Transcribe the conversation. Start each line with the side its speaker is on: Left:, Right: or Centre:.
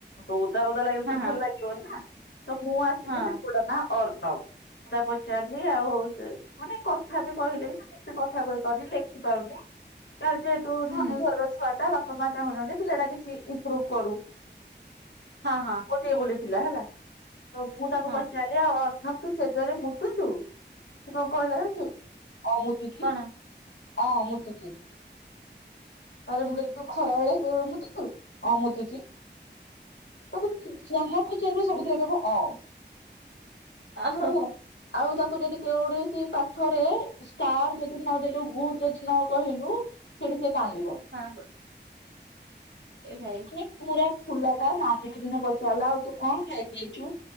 Left: ତ ଓଦା ଓଦା ଲାଗିଲେ
Right: ହଁ
Left: ତ
Right: ହଁ
Left: ଭଲ ଲାଗି ଲୋନା ତ ମୁଁ ଆସିକି
Right: ହଁ
Left: ସେ ପୁଅ ଟା ନାଁ ଅର୍ଣବ। ମୁଁ ତାକୁ ପଚାରିଲି ଆଉ ସେ ମାନେ କଥା ବି କହିଲେ ବି ସେ ଠିକ ସେ କଥା କହି ପାରୁନି ଲେଖିପାରୁନି କ ତୁ
Right: ହୁଁ
Left: ଧନୀ
Right: ହୁଁ
Left: ଘରର ଛୁଆ ଟା ବାପା ମା ଚାହୁଁଛନ୍ତି ଯେ ପିଲାଟା କିଛି ଇମ୍ପ୍ରୁଭ କରୁ।
Right: ହଁ ହଁ।
Left: ଗୋଟି ବୋଲି ପିଲା ହେଲା ତ ମୁଁ ତାକୁ
Right: ହଁ
Left: ପଚାରିଲି ଆଉ ତୁ ଶ ସେଜରେ ମୁତୁଛୁ ସେ କଣ କହିଲା ଜାଣିଚୁ ହଁ ମୁତୁଚି
Right: କଣ
Left: ହଁ ମୁତୁଛିି। ତାରେ ମୁଁ କହିଲି ତୁ ଖରା ବେଳେ ମୁତୁଛୁ ହଁ ମୁତୁଛି। ତାକୁ ତୁ ଯାହା ପଚାରିବ ସବୁଥିରେ କହିବ ଅ।
Right: ହଁ
Left: ହେଲା ଆଉ ତାକୁ ଯଦି କେ କୈଣଷି ପାଠରେ। ଷ୍ଟାର ଯଦି ନଦଲୁ ଗୁଡ୍ ଯଦି ନ କହିଲୁ। ସେଏ କାନ୍ଦିବ।
Right: ହଁ। ଏ ଭାଇ
Left: <unintelligible> ଫୁଲଟା ନାନୀ ବି ଦିନେ ପଚାରିଲା ଆଉ ତୁ କଣ ଖାଇକିଆଇଛୁ?